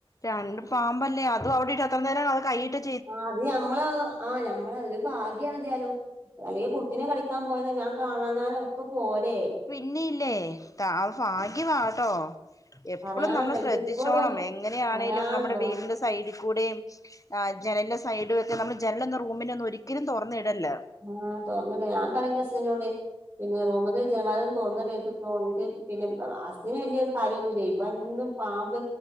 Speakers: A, on the left (about 35°); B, on the right (about 30°).
A: രണ്ട് പാമ്പല്ലേ അത അവി <unintelligible> നേരം അത് കൈ ഇട്ട്
B: ആഹ് അത് ഞമ്മള ആഹ് ഞമ്മള ആഹ് അത് ഭാഗ്യാണ് ഏതായാലും അല്ലെങ്കിൽ കുട്ടിനെ കളിക്കാൻ പോയതൊ ഞാൻ കാണാഞ്ഞാലൊ ഒക്കെ പോരെേ
A: പിന്നെയില്ലേ താ ഭാഗ്യമാട്ടോ എപ്പളും
B: പറയാണ്ടോ
A: നമ്മൾ
B: എനിക്ക്
A: ശ്രദ്ധിച്ചോണം
B: ഇപ്പളും
A: എങ്ങനെയാണേലും
B: പറയാണ്ടോ
A: നമ്മുടെ വീടിന്റെ സ് സൈഡിൽ കൂടെയും ജനല് സൈഡും ഒക്കെ നമ്മൾ ജനല് റൂമില് ഒന്നും ഒരിക്കലും തുറന്ന്‌ ഇടല്ലെ
B: ആഹ് തൊർന്നിടാ ഞാൻ പറയും ന്റെ ഹസ്ബന്റിനോട് പിന്നെ റൂമ്ത്തെ ജന വാതില് ഒന്നും തുറന്ന് ഇടരുത്ടോ എനിക്ക് പിന്നെ ഹസ്ബന്റിന് വലിയൊരു കാര്യന്നുല്ല ഇപ്പൊ എന്നും പാമ്പ്